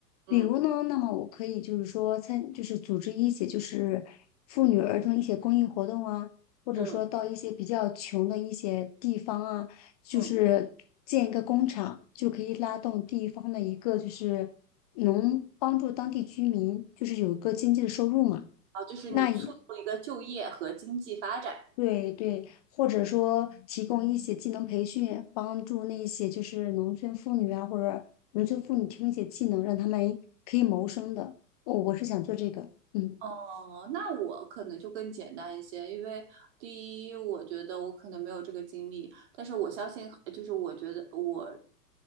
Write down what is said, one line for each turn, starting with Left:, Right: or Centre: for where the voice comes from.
Left: 比如呢，
Right: 嗯
Left: 那么我可以就是说参，就是组织一些就是妇女儿童一些公益活动啊，或者说到一些比较穷的一些地方啊，
Right: 嗯
Left: 就是建一个工厂，
Right: 嗯，
Left: 就可以拉动地方的一个就是能帮助当地居民，就是有一个经济的收入嘛。
Right: 啊，就是你促进一个就业和经济发展。
Left: 那也对对，或者说提供一些技能培训，帮助那些就是农村妇女啊，或者农村妇女提供一些技能，让他们可以谋生的。我我是想做这个，嗯。
Right: 哦，那我可能就更简单一些，因为第一，我觉得我可能没有这个经历，但是我相信，就是我觉得我，